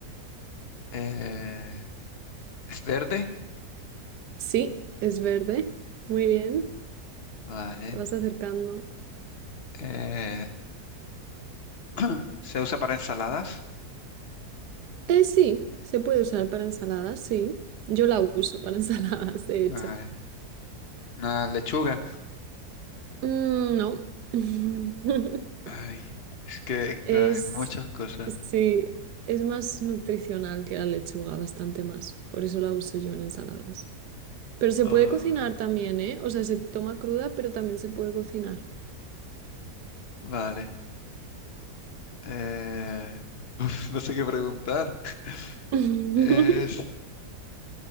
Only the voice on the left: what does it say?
Eh, ¿es verde?
Vale.
Eh, <clears throat> ¿se usa para ensaladas?
Vale.
Una lechuga.
Ay, es que,
claro, hay muchas cosas.
Oh,
vale. Eh, <laughs> uf, no sé qué preguntar. <laughs>
Es,